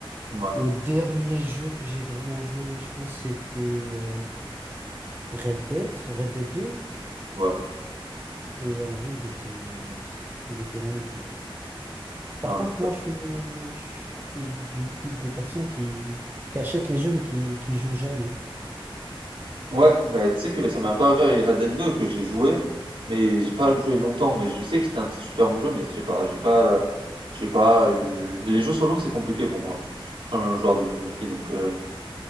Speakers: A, on the right (about 70°); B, on the right (about 20°).
A: Ouais,
B: Le dernier jeu que j'ai vraiment joué, je pense, c'était euh, Red Dead, Red Dead deux,
A: ouais,
B: Et en vrai, il était, il était magnifique.
A: Ah,
B: Par contre,
A: mais ça-
B: moi, je suis, je suis du type des personnes qui, qui achètent les jeux mais qui, qui jouent jamais.
A: Ouais, bah, tu sais que ça m'est un peu arrivé avec Red Dead 2 que j'ai joué, mais j'ai pas joué longtemps, mais je sais que c'était un super bon jeu, mais je sais pas, j'ai pas, j'ai pas eu... Les jeux solo, c'est compliqué pour moi. Je suis plus un joueur de jeux multi, donc, euh,